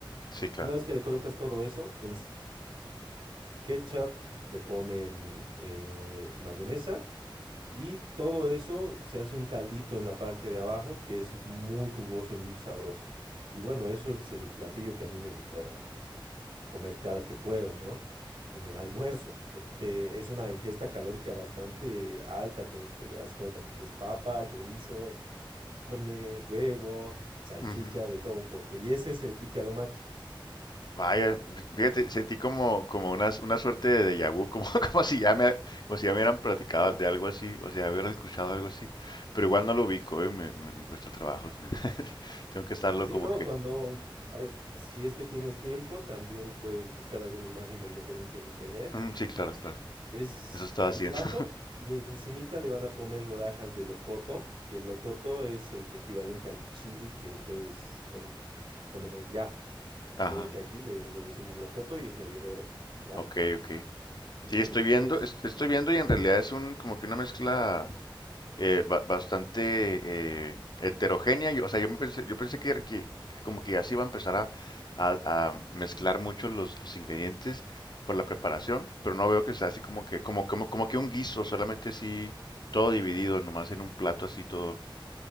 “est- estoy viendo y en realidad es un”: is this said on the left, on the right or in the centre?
Left